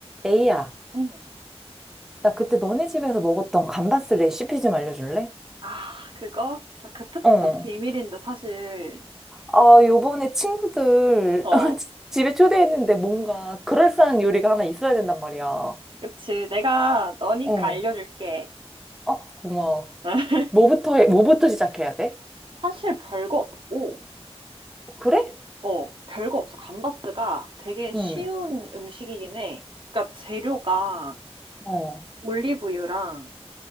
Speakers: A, in the centre; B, on the right.
A: 에이야,
B: 응.
A: 나 그때 너네 집에서 먹었던 감바스 레시피 좀 알려줄래?
B: 아, 그거? 그 탑급
A: 어.
B: 비밀인데, 사실.
A: 아, 요번에 친구들
B: 어,
A: <laughs> 집에 초대했는데 뭔가 그럴싸한 요리가 하나 있어야 된단 말이야.
B: 그치. 내가 너니까
A: 어.
B: 알려줄게.
A: 어, 고마워.
B: <laughs>
A: 뭐부터 해, 뭐부터 시작해야 돼?
B: 사실 별거 없고,
A: 그래?
B: 어, 별거 없어. 감바스가 되게 쉬운
A: 응.
B: 음식이긴 해. 그러니까 재료가
A: 어.
B: 올리브유랑